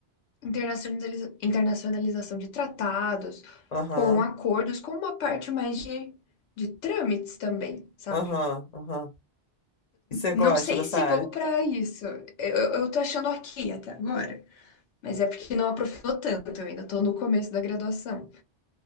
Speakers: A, on the left; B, on the left.
A: internacionaliza- internacionalização de tratados,
B: aham,
A: com acordos, com uma parte mais de, de trâmites também, sabe?
B: aham, aham. E você
A: Não
B: gosta
A: sei
B: dessa
A: se
B: área?
A: vou para isso. Eu, eu tô achando aqui até agora. Mas é porque não aprofundou tanto, eu ainda tô no começo da graduação.